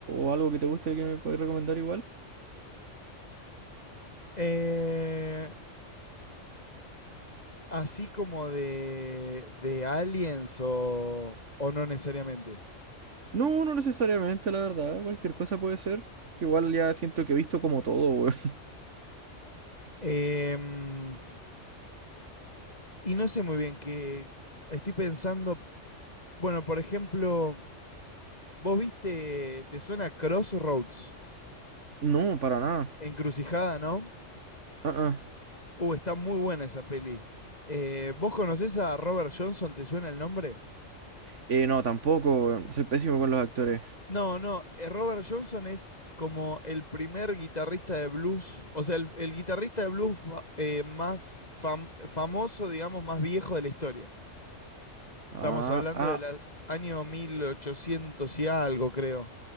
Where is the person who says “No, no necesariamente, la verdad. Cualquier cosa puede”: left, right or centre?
Right